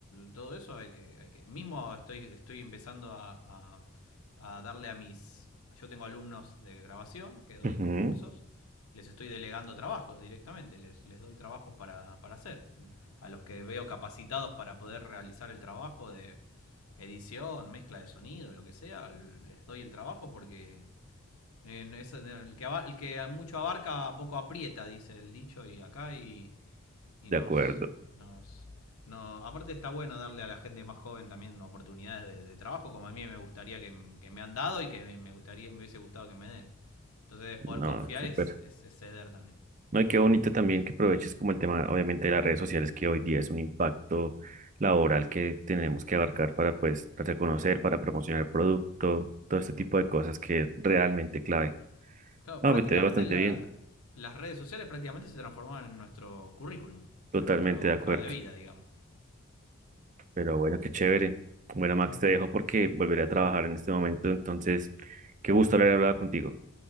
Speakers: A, on the left; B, on the right.
A: todo eso hay que hay que mismo estoy estoy empezando a, a- a darle a mis yo tengo alumnos de grabación que doy
B: ujú,
A: unos cursos, les estoy delegando trabajos directamente, les les doy trabajos para para hacer, a los que veo capacitados para poder realizar el trabajo de edición, mezcla de sonido, lo que sea, les doy el trabajo porque eh, no, es no, el, que, el que mucho abarca poco aprieta, dice el dicho, y acá y, y
B: de
A: nos,
B: acuerdo.
A: nos... No, aparte está bueno darle a la gente más joven también oportunidades de, de trabajo, como a mí me gustaría que, que me han dado y que me- gustaría, me hubiese gustado que me den. Entonces poder
B: No,
A: confiar
B: súper.
A: es, es, es ceder también
B: No, y qué
A: un
B: bonito
A: poco
B: también
A: en eso.
B: que aproveches como el tema, obviamente, de las redes sociales, que hoy día es un impacto laboral que tenemos que abarcar para, pues, reconocer, para promocionar el producto, todo este tipo de cosas que es realmente clave.
A: Claro,
B: No,
A: prácticamente
B: me te ve bastante
A: la-
B: bien,
A: las redes sociales prácticamente se transformaron en nuestro currículum,
B: totalmente
A: es nuestra hoja
B: de acuerdo.
A: de vida, digamos.
B: Pero bueno, qué chévere. Bueno, Max,
A: Un
B: te dejo porque volveré a trabajar en este momento, entonces, qué gusto haber hablado contigo.